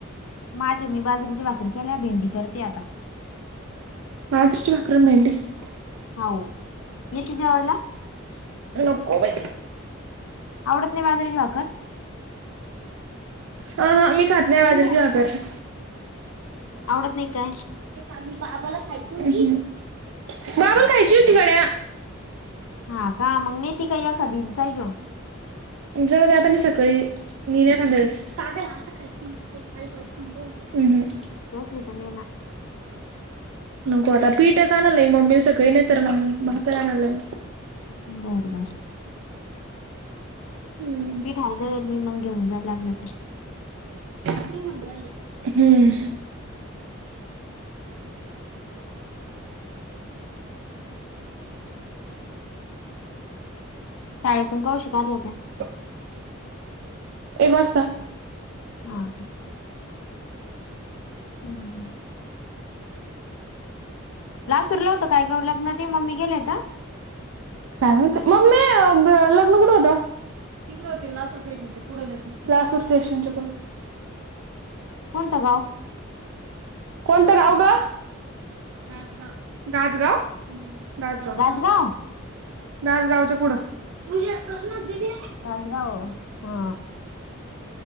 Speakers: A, on the left; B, on the right.
A: माझ्या मी बाजरीची भाकरी केल्या भेंडी करते आता.
B: <unintelligible>
A: हो येते जेवायला
B: नको बई.
A: आवडत नाही बाजरीे ची भाकर.
B: अ हा मी खात नाही
A: कमी
B: बाजरीची
A: भाजी.
B: भाकर.
A: आवडत नाही काय?
B: ांग बाबाला खायची होती. बाबाला खायची होती गड्या
A: हा का मग नेती का एखादी जाय घेऊन.
B: जाऊदे आता मी सकाळी येईल एखांद वेळेस. पागल आता खायची ना भाकर काही पण <unintelligible> हम्म हम्म
A: वोसली तर नेना
B: नको आता पीठच आणायला लावीन मम्मीला सकाळी नाहीतर भाकर आणायला लावीन.
A: बर बर
B: हम्म
A: पीठ आहे दळेल मी मग घेऊन जाय लागल तर
B: हम्
A: शाळेतून कवशी पाहत होत्या.
B: ह एक वाजता
A: ह का. हम्. लासूरला होतं काय ग लग्न ते मग्मी गेलंय तर,
B: काय माहिती. मम्मी ब लग्न कुठे होत? तिकडे होत लासूर स्टेशन च्या पुढे लगी. लातूर स्टेशनचे पुढ.
A: कोणत गाव?
B: कोणतं गाव गा? राजगाव-राजगाव. हा. राजगांव. राजगांव
A: गाजगाव
B: च्या पुढ. राजगांव च्या पुढ. <unintelligible>
A: राजगांव हा